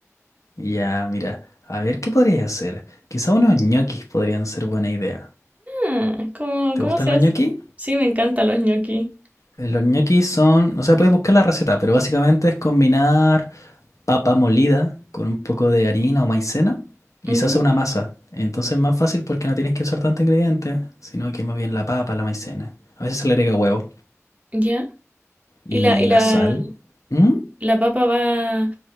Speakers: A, on the left; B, on the right.
A: Ya, mira, a ver, ¿qué podrías hacer? Quizá unos ñoquis podrían ser buena idea.
B: Ah, ¿cómo,
A: ¿Te
B: cómo
A: gustan
B: se
A: los
B: hace?
A: ñoquis?
B: Sí, me encantan los ñoqui.
A: Eh, Los ñoquis son, o sea, puedes buscar la receta, pero básicamente es combinar papa molida con un poco de harina o maicena y
B: Ujú,
A: se hace una masa. Entonces es más fácil porque no tienes que usar tanto ingredientes sino que más bien la papa, la maicena. A veces se le agrega huevo
B: ya.
A: y
B: ¿Y la, y
A: la
B: la,
A: sal. ¿Mm?
B: la papa va,